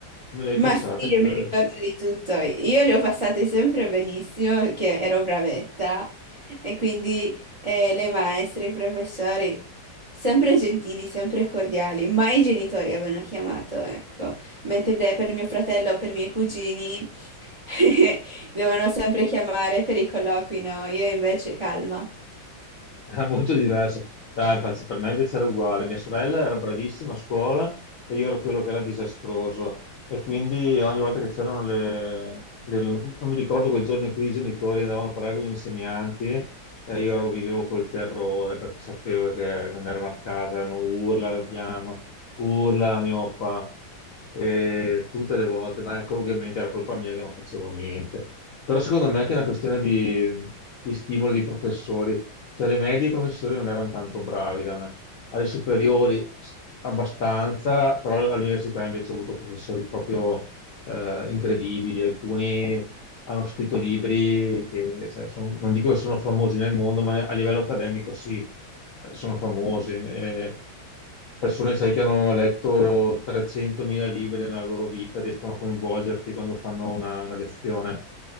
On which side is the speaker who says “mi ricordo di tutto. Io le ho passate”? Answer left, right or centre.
Right